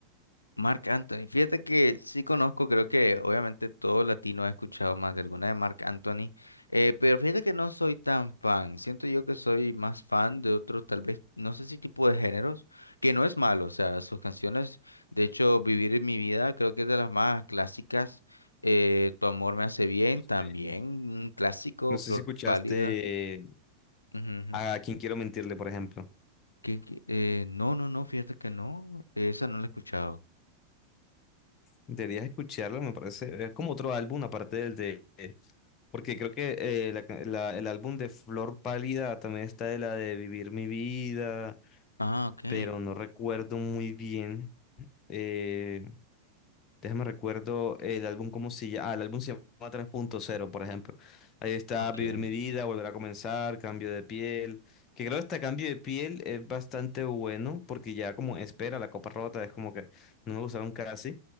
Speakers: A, on the left; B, on the left.
A: Marc Anthony, fíjate que sí conozco, creo que obviamente todo latino ha escuchado más de alguna de Marc Anthony, eh, pero fíjate que no soy tan fan, siento yo que soy más fan de otros, tal vez, no sé si tipo de géneros, que no es malo, o sea, sus canciones, de hecho, Vivir en mi vida creo que es de las más clásicas, eh, Tu amor me hace bien
B: Usted.
A: también, un clásico,
B: No
A: Flor
B: sé si escuchaste
A: pálida, ujú, ujú.
B: a Quién Quiero Mentirle, por ejemplo.
A: que, que, eh, no, no, no, fíjate que no, esa no la he escuchado.
B: Deberías escucharlo, me parece. Es como otro álbum, aparte del de... Porque creo que eh, la ca- la- el álbum de Flor Pálida también está de la de Vivir mi vida,
A: Ah, ok,
B: pero no recuerdo muy bien. Eh, déjame recuerdo el álbum cómo se llama. ah, el álbum se llama tres punto cero, por ejemplo. Ahí está
A: ok.
B: Vivir mi vida, Volver a comenzar, Cambio de piel, que creo que este Cambio de piel es bastante bueno porque ya como espera la copa rota, es como que no me gustaron casi,